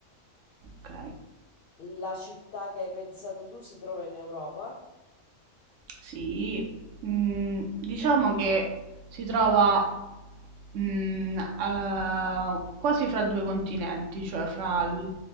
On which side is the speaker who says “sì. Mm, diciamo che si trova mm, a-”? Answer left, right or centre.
Right